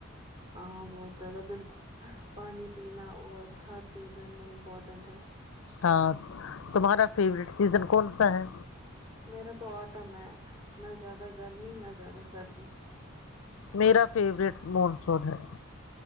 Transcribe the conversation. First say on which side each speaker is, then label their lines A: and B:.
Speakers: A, on the right; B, on the left.
A: ہاں بہت زیادہ بالکل پانی پینا اور ہر سیزن میں امپورٹینٹ ہے
B: ہاں تمہارا فیوریٹ سیزن کون سا ہے
A: میرا تو آٹم ہے نہ زیادہ گرمی نہ زیادہ سردی
B: میرا فیورٹ مونسون ہے